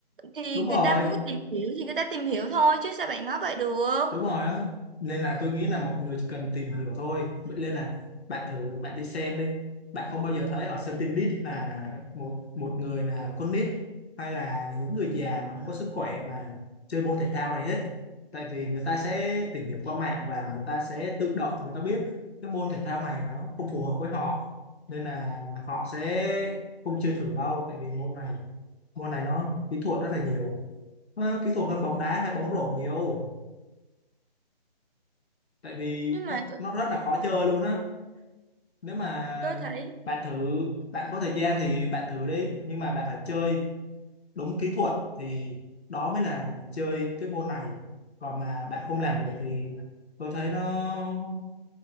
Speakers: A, on the right (about 55°); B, on the left (about 80°).
A: thì
B: đúng
A: người
B: rồi
A: ta muốn tìm hiểu thì người ta tìm hiểu thôi chứ sao bạn nói vậy được
B: đúng rồi á nên là tôi nghĩ là mọi người chỉ cần tìm hiểu thôi Vậy nên là bạn thử bạn đi xem đi bạn không bao giờ thấy ở sân tennis là một một người là con nít hay là những người già mà không có sức khỏe mà chơi môn thể thao này hết tại vì người ta sẽ tìm hiểu qua mạng và người ta sẽ tự động người ta biết cái môn thể thao này nó không phù hợp với họ nên là họ sẽ không chơi thử đâu tại vì môn này môn này nó kỹ thuật rất là nhiều Nó kỹ thuật hơn bóng đá hay bóng rổ nhiều tại vì
A: nhưng mà
B: nó
A: tôi,
B: nó rất là khó chơi luôn á nếu mà
A: tôi thấy
B: bạn thử bạn có thời gian thì bạn thử đi nhưng mà bạn phải chơi đúng kỹ thuật thì đó mới là chơi cái môn này còn mà bạn không làm được thì tôi thấy nó